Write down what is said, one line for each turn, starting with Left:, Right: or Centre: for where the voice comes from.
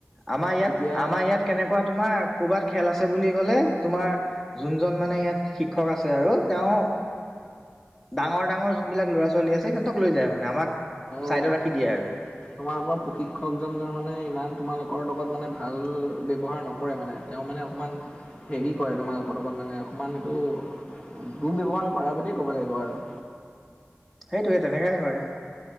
Centre: আমাৰ ইয়াত
Left: এতিয়া
Centre: আমাৰ ইয়াত কেনেকুৱা তোমাৰ, ক'বাত খেল আছে বুলি কলে তোমাৰ যোনজন মানে ইয়াত শিক্ষক আছে আৰু। তেওঁ ডাঙৰ ডাঙৰ যোন বিলাক ল'ৰা ছোৱালী আছে সিহঁতক লৈ যায় মানে, আমাক
Left: অহ।
Centre: চাইডত ৰাখি দিয়ে আৰু
Left: তোমালোক প্ৰশিক্ষকজন য মানে ইমান তোমালোকৰ লগত মানে ভাল ব্যৱহাৰ নকৰে মানে, তেওঁ মানে অকণমান হেৰি কৰে, তোমালোকক লগত মানে অকণমান এইটো, দূ ব্যৱহাৰ কৰা বুলিয়েই ক'ব লাগিব আৰু।
Centre: সেইটোৱে তেনেকাই কৰে।